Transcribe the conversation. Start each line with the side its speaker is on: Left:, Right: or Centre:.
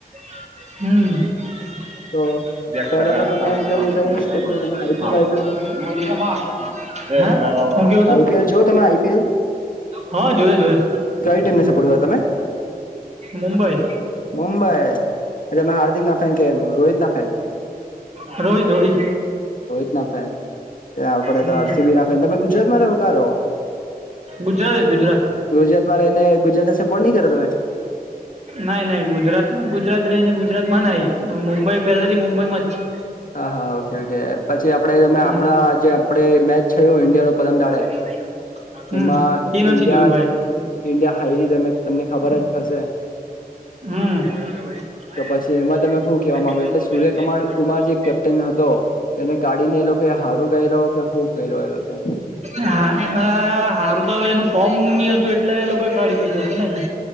Right: હ.
Left: તો
Right: <unintelligible>
Left: પેલા તો તમે એમ કેવું કે એટલે તમે આઈપીએલ આઈપીએલ જો
Right: શું કેવું છો?
Left: આઈપીએલ જો તમે આઈ પી એલ-
Right: હા જોય જોય,
Left: ટીમને સપોર્ટ કરો તમે
Right: મુંબઈ.
Left: મુંબઈ એટલે તમે હાર્દિક ના ફેન કે રોહિત ના ફેન
Right: હ, રોહિત રોહિત.
Left: રોહિત ના ફેન, આપડે
Right: હમ
Left: તો આરસીબી ના ફેન તમે ગુજરાતમાં રહો કા રહો?
Right: ગુજરાત જ ગુજરાત
Left: ગુજરાતમાં રહીને ગુજરાતને સપોર્ટ નહી કરો તમે
Right: નાહી નાઈ ગુજરાત ગુજરાત રહીને ગુજરાત માં નાહી મુંબઈ પહેલાથી મુંબઈમાં જ છે.
Left: હા હા ઓકે છે પછી આપડે તમે
Right: હમ
Left: આપણા જે આપડે મેચ થયું ઇન્ડિયા નુ પરમ દાળે.
Right: ભાઈ <unintelligible> હમ
Left: એમાં
Right: એ નથી
Left: ઇન્ડિયા
Right: જોયું
Left: જ ઇન્ડિયા હાઈ તમા તમને ખબર જ થશે.
Right: હ, મજા ભાઈ આ
Left: પછી
Right: મજ તો
Left: એમાં
Right: આ
Left: તમે શું કેવા
Right: ભાઈ પંદરસો
Left: માંગો એટલે
Right: રૂપિયા
Left: સૂર્યકુમાર
Right: લગે સાે
Left: કુમાર
Right: સાતસો
Left: જે
Right: કરતી
Left: કેપ્ટન
Right: હો <unintelligible> હું
Left: હતો એને કાઢીને એ લોકો હારું કર્યો કે હું કર્યો એ લોકો
Right: હા હા હા <unintelligible> સારું તો એનું ફોમની હતું એટલે એ લોકો ફાડી ન જશે ને ને.